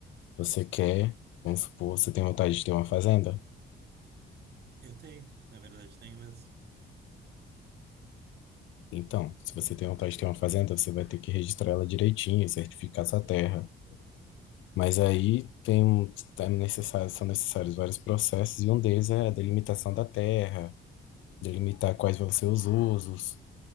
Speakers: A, on the left; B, on the right.
A: você quer, vamos supor, você tem vontade de ter uma fazenda?
B: Eu tenho, na verdade, tenho mesmo.
A: Então, se você tem vontade de ter uma fazenda, você vai ter que registrar ela direitinho, certificar sua terra. Mas aí tem, um- é necessário, são necessários vários processos, e um deles é a delimitação da terra, delimitar quais vão ser os usos,